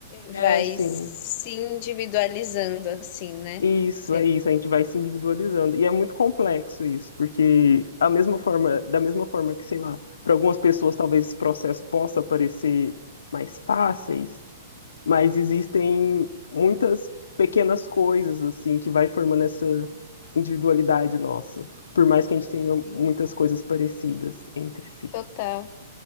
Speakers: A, on the left; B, on the left.
A: É,
B: Vai
A: sim.
B: se individualizando, assim, né?
A: Isso,
B: Sei
A: é
B: lá.
A: isso. A gente vai se individualizando. E é muito complexo isso, porque a mesma forma, da mesma forma que, sei lá, para algumas pessoas talvez esse processo possa parecer mais fáceis, mas existem muitas pequenas coisas assim que vai formando essa individualidade nossa, por mais que a gente tenha
B: Sim.
A: muitas coisas parecidas entre si.
B: Total.